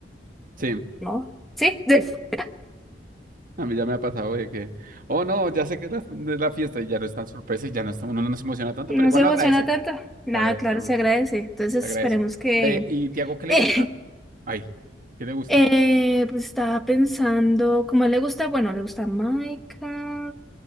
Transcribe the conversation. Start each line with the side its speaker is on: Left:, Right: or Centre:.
Right: Sí,
Centre: no. ¿Sí? <laughs>
Right: a mí ya me ha pasado de que, oh no, ya sé que es la, no es la fiesta y ya no es tan sorpresa y ya no está, uno no se emociona tanto,
Centre: No
Right: pero igual
Centre: se emociona
Right: lo agradece.
Centre: tanto. Nada,
Right: Lo agradece
Centre: claro,
Right: a uno,
Centre: se
Right: lo
Centre: agradece. Entonces
Right: agradece.
Centre: esperemos que...
Right: Eh, ¿y Tiago qué le
Centre: <laughs>
Right: gusta? Ay, ¿qué le gusta?
Centre: Eh, pues estaba pensando, como le gusta, bueno, le gusta Minecraft,